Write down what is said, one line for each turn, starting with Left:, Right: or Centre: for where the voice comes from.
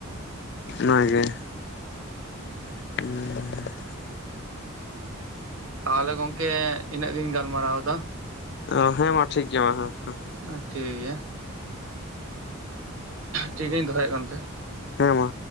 Left: ᱚᱱᱟᱜᱮ᱾ ᱦᱩᱸᱻ᱾
Right: ᱛᱟᱦᱚᱸᱞᱮ ᱜᱚᱝᱠᱮ ᱤᱱᱟᱹᱜ ᱜᱤᱧ ᱜᱟᱞᱢᱟᱨᱟᱣ ᱮᱫᱟ᱾
Left: ᱚ ᱦᱮᱸ ᱢᱟ ᱴᱷᱤᱠ ᱜᱮᱭᱟ ᱢᱟ ᱦᱮᱸ ᱦᱮᱸ᱾
Right: ᱴᱷᱤᱠ ᱜᱮᱭᱟ᱾ ᱴᱷᱤᱠ ᱜᱮᱭᱟ ᱫᱚᱦᱚᱭᱮᱫ ᱠᱟᱱ ᱛᱟᱦᱮᱸ
Left: ᱦᱮᱸ ᱢᱟ᱾